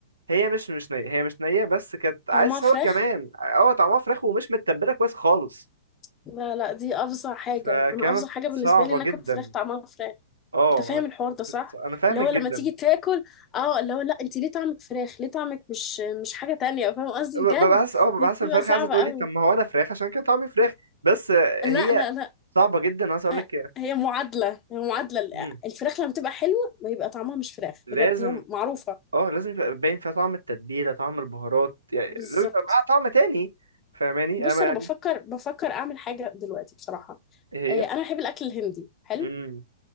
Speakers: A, on the right; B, on the left.
A: هي مش مش نية هي مش نية بس كانت
B: طعمها
A: عايز
B: فراخ
A: هو كمان اه طعمها فراخ ومش متبلة كويس خالص
B: لا لا دي افظع حاجه
A: فكانت
B: انا افظع حاجه
A: صعبة
B: بالنسبه لي ناكل
A: جدا
B: فراخ طعمها فراخ
A: اه
B: انت فاهم الحوار ده صح
A: كنت انا فاهمك
B: اللي هو
A: جدا
B: لما تيجي تاكل اه اللي هو لا انت ليه طعمك فراخ ليه طعمك مش مش حاجه تانية فاهم قصدي
A: ب-
B: بجد
A: ببقى حاسس اه ببقى
B: دي
A: حاسس
B: بتبقى
A: الفرخة
B: صعبه
A: عايزة تقولي
B: قوي
A: طب ما هو انا فراخ عشان كده طعمي فراخ بس آه،
B: لا
A: هي
B: لا لا
A: صعبة جدا عايز اقول
B: آه،
A: لك
B: هي معادلة هي معادلة ال-
A: مم.
B: الفراخ لما تبقى حلوة ما يبقى طعمها مش فراخ
A: لازم
B: بجد هي معروفة
A: اه لازم يبقى باين فيها طعم التتبيلة طعم البهارات يعني لازم
B: بالظبط
A: يبقى معاها طعم تاني فاهماني
B: بص
A: انا
B: أنا
A: يعني
B: بفكر بفكر أعمل حاجة دلوقتي بصراحة
A: إيه هي
B: آه، أنا بحب الأكل الهندي حلو
A: امم